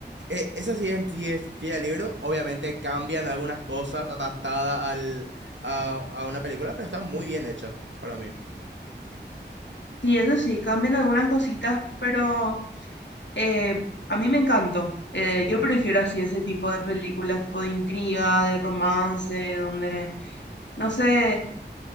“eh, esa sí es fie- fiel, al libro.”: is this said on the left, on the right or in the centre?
Right